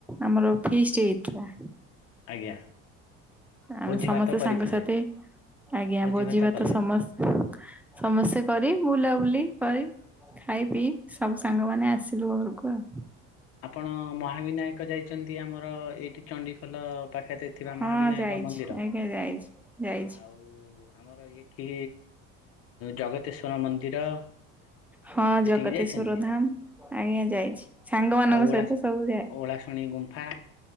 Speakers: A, in the centre; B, on the left (about 50°).
A: ଆମର ଫିଷ୍ଟି ହେଇଥିଲା।
B: ଆଜ୍ଞା
A: ଆମେ
B: ଭୋଜି
A: ସମସ୍ତେ
B: ଭାତ କରିଥିଲେ
A: ସାଙ୍ଗସାଥି ଆଜ୍ଞା
B: ଭୋଜି
A: ଭୋଜିଭାତ
B: ଭାତ କଲେ।
A: ସମସ୍ତେ ସମସ୍ତେ କରି ବୁଲି କରି ଖାଇ, ପିଇ ସବୁ ସାଙ୍ଗ ମାନ ଆସିଲୁ ଘରକୁ ଆଉ।
B: ଆପଣ ମହାବିନାୟକ ଯାଇଛନ୍ତି? ଆମର ଏଇଠି ଚଣ୍ଡିଖୋଲ ପାଖରେ ଥିବା
A: ହଁ
B: ମହାବିନାୟକ
A: ଯାଇଛି
B: ମନ୍ଦିର
A: ଆଜ୍ଞା ଯାଇଛି ଯାଇଛି।
B: ଆଉ ଆମର ଏଇଠି ଜଗତେଶ୍ୱର ମନ୍ଦିର ଅ
A: ହଁ
B: ସେଠିକି
A: ଜଗତେଶ୍ଵର
B: ଯାଇଛନ୍ତି
A: ଧାମ୍ ଆଜ୍ଞା ଯାଇଛି ସାଙ୍ଗମାନଙ୍କ
B: ଆଉ ଓଳା
A: ସହିତ ସବୁ ଯାଏ।
B: ଓଳାଶୁଣୀ ଗୁମ୍ଫା